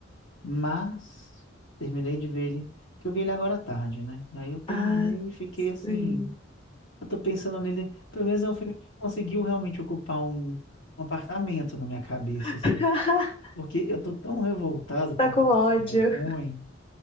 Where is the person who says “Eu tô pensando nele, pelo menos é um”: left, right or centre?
Left